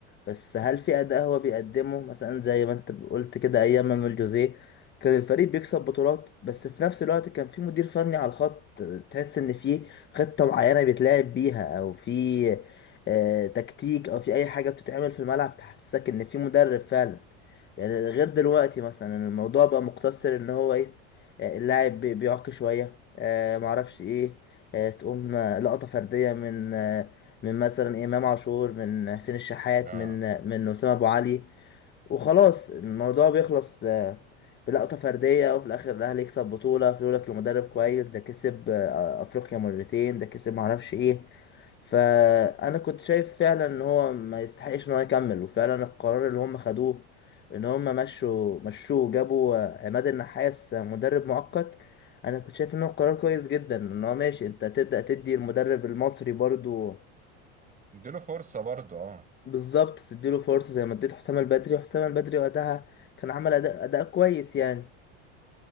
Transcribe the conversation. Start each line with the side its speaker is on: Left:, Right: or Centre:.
Left: بس هل في اداء هو بيقدمه مثلا زي ما انت قلت كده ايام مانويل جوزيه كان الفريق بيكسب بطولات بس في نفس الوقت كان في مدير فني على الخط تحس ان فيه خطة معينة بيتلعب بيها او في آه، تكتيك او في اي حاجة بتتعمل في الملعب تحسسك ان في مدرب فعلا يعني غير دلوقتي مثلا الموضوع بقى مقتصر ان هو ايه آه، اللاعب بي- بيعك شوية آه، معرفش ايه آه، تقوم آه، لقطة فردية من آه، من مثلا امام عاشور من حسين الشحات
Right: اه
Left: من آه، من اسامة ابو علي وخلاص الموضوع بيخلص آه، بلقطة فردية وفي الآخر الأهلي يكسب بطولة في لك لمدرب كويس ده كسب آه، أفريقيا مرتين ده كسب معرفش إيه فأنا كنت شايف فعلا إن هو ما يستحقش إن هو يكمل وفعلا القرار اللي هم خدوه إن هم مشوا مشوه جابوا آه، عماد النحاس آه، مدرب مؤقت أنا كنت شايف إن هو قرار كويس جدا إن هو ماشي أنت تبدأ تدي المدرب المصري برضو
Right: اديله فرصه برضه اه
Left: بالظبط تديله فرصة زي ما اديت حسام البدري وحسام البدري وقتها كان عمل أداء أداء كويس يعني